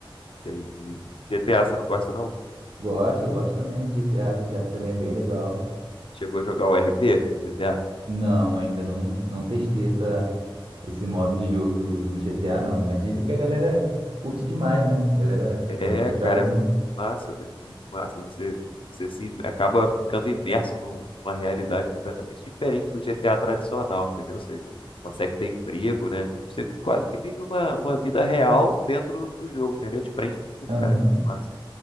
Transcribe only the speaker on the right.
Gosto, gosto também de GTA. GTA também é bem legal.
Não, ainda não, não testei essa, esse modo de jogo do, do GTA, não. Mas dizem que a galera curte demais, né? A galera
geralmente
joga muito.
Aham.